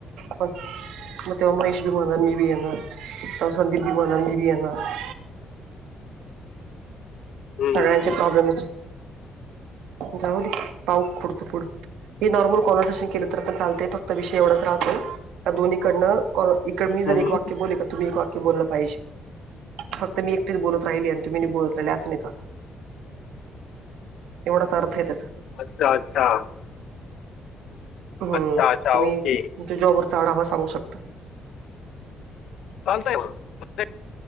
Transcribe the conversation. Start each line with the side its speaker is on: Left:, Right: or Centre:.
Right: तेव्हा महेश भी बोलणार मी भी येणार तेव्हा संदिप भी बोलणार मी भी येणार <unintelligible>
Left: हम्म
Right: सगळ्यांचे प्रॉब्लेमच <unintelligible> जाऊ दे पाऊ पुढचं पुढ <unintelligible> हे नॉर्मल कॉनव्हर्सेशन केलं तर पण चालतय फक्त विषय एवढाच राहतो का दोन्हीकडनं <unintelligible> मी
Left: हम्म.
Right: जर एक वाक्य बोलले <unintelligible> तुम्ही एक वाक्य बोललं पाहिजे फक्त मी एकटेच बोलत राहिली आणि तुम्ही बोलत राहिले असं नाही च <unintelligible> एवढाच अर्थ आहे त्याचा <unintelligible>
Left: अच्छा अच्छा <unintelligible>
Right: हम्म
Left: अच्छा अच्छा
Right: तुम्ही
Left: ओके
Right: तुमच्या जॉबवरचा आढावा सांगू शकता <unintelligible>
Left: चालतंय मग <unintelligible>